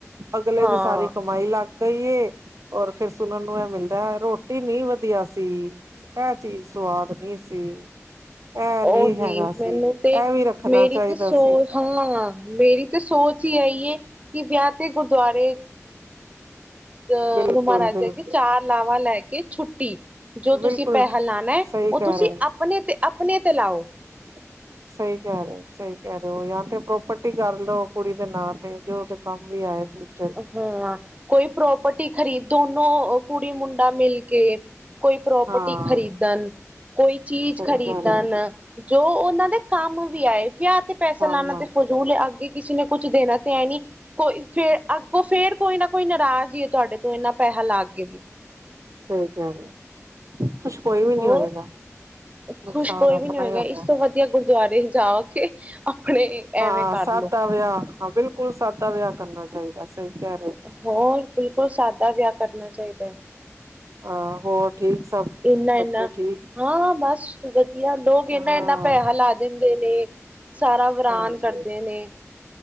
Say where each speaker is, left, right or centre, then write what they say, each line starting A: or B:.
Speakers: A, on the right (about 80°); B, on the right (about 25°).
A: ਅਗਲੇ
B: ਹਾਂ
A: ਦੀ ਸਾਰੀ ਕਮਾਈ ਲੱਗ ਕਹੀਏ, ਔਰ ਫੇਰ ਸੁਣਨ ਨੂੰ ਏਹ ਮਿਲਦਾ, ਰੋਟੀ ਨਹੀਂ ਵਧੀਆ ਸੀ। ਏਹ ਚੀਜ਼ ਸਵਾਦ ਨਹੀਂ ਸੀ, ਐ ਨੀ
B: ਉਹੀ
A: ਹੈਗਾ ਸੀ,
B: ਮੈਨੂੰ ਤੇ
A: ਐ ਵੀ ਰੱਖਣਾ
B: ਮੇਰੀ
A: ਚਾਹੀਦਾ
B: ਤੇ ਸੋ
A: ਸੀ
B: ਹਾਂ, ਮੇਰੀ ਤੇ ਸੋਚ ਹੀ ਆਈ ਹੈ, ਕਿ ਵਿਆਹ ਤੇ ਗੁਰਦੁਆਰੇ ਅ
A: ਬਿਲਕੁਲ
B: ਗੁਰੂ ਮਹਾਰਾਜ
A: ਬਿਲਕੁਲ
B: ਦੇ ਅੱਗੇ ਚਾਰ ਲਾਵਾਂ ਲੈ ਕੇ, ਛੁੱਟੀ ਜੋ
A: ਬਿਲਕੁਲ
B: ਤੁਸੀਂ ਪੈਸਾ ਲਾਂਣਾ ਹੈ,
A: ਸਹੀ
B: ਓ
A: ਕਹਿ
B: ਤੁਸੀਂ
A: ਰਹੇ ਹੋ
B: ਆਪਣੇ ਤੇ ਆਪਣੇ ਤੇ ਲਾਓ।
A: <unintelligible> ਸਹੀ ਕਹਿ ਰਹੇ ਓ-ਸਹੀ ਕਹਿ ਰਹੇ ਓ ਜਾਂ ਤੇ ਪ੍ਰੋਪਰਟੀ ਕਰਲੋ, ਕੁੜੀ ਦੇ ਨਾਂ ਤੇ ਜੋ ਓਦੇ ਕੰਮ ਵੀ ਆਏ ਫੇਰ।
B: ਹਾਂ, ਕੋਈ ਪ੍ਰੋਪਰਟੀ ਖਰੀਦੋ, ਦੋਨੋ ਕੁੜੀ-ਮੁੰਡਾ ਮਿਲ ਕੇ ਕੋਈ ਪ੍ਰੋਪਰਟੀ
A: ਹਾਂ
B: ਖਰੀਦਣ, ਕੋਈ ਚੀਜ਼
A: ਸਹੀ
B: ਖਰੀਦਣ।
A: ਕਹਿ ਰਹੇ ਹੋ
B: ਜੋ ਓਨਾਦੇ ਕੰਮ ਵੀ ਆਏ, ਵਿਆਹ ਤੇ ਪੈਸਾ
A: ਕੰਮ
B: ਲਾਣਾ ਤੇ
A: ਆਏ
B: ਫ ਜੋ ਲਿਆ, ਆਗੇ ਕਿਸੇ ਨੇ ਕੁੱਛ ਦੇਣਾ ਤੇ ਹੈਨੀ, ਕੋਈ ਫੇਰ ਅੱਗੋਂ ਫੇਰ ਕੋਈ ਨਾ ਕੋਈ ਨਾਰਾਜ਼ ਈ ਐ, ਤੁਹਾਡੇ ਤੋਂ ਏਨਾ ਪੈਸਾ ਲਾ ਕੇ ਵੀ।
A: ਸਹੀ ਕੈਹ ਰਹੇ ਓ, ਖੁੱਸ ਕੋਈ ਵੀ ਨੀ
B: ਹੋਰ
A: ਹੋਏਗਾ। ਨੁਕਸਾਨ
B: ਖੁਸ਼ ਕੋਈ
A: ਆਪਣਾ
B: ਵੀ ਨੀ ਹੋਏਗਾ,
A: ਹੀ ਹੋਣਾ
B: ਏਸ ਤੋਂ ਵਧੀਆ ਗੁਰਦੁਆਰੇ ਜਾ ਆਓ, ਕੇ ਆਪਣੇ।
A: ਹਾਂ
B: ਐਵੇਂ ਕਰ
A: ਸਾਦਾ
B: ਲੋ
A: ਵਿਆਹ ਹਾਂ, ਬਿਲਕੁਲ ਸਾਦਾ ਵਿਆਹ ਕਰਨਾ ਚਾਹੀਦਾ, ਸਈ ਕੈਹ ਰਹੇ ਓ।
B: ਹੋਰ, ਬਿਲਕੁਲ ਸਾਦਾ ਵਿਆਹ ਕਰਨਾ ਚਾਹੀਦਾ ਹੈ।
A: ਹਾਂ, ਹੋਰ ਠੀਕ ਸਭ?
B: ਏਨਾ-ਏਨਾ।
A: ਬੱਚੇ ਠੀਕ
B: ਹਾਂ, ਬਸ ਵਧੀਆ, ਲੋਕ ਏਨਾ-ਏਨਾ
A: ਹਾਂ
B: ਪੈਸਾ ਲਾ ਦਿੰਦੇ ਨੇ, ਸਾਰਾ ਰਾਨ
A: ਹਾਂਜੀ
B: ਕਰਦੇ ਨੇ।